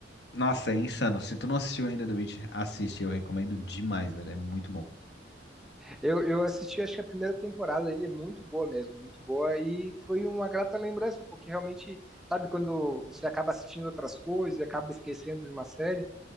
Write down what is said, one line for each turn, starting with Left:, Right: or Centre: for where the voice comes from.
Left: nossa, é insano. Se tu não assistiu ainda The Witcher, assiste. Eu recomendo demais, velho. É muito bom.
Centre: Eu, eu assisti, acho que a primeira temporada, ele é muito boa mesmo, muito boa, e foi uma grata lembrança, porque realmente, sabe, quando você acaba assistindo outras coisas, acaba esquecendo de uma série,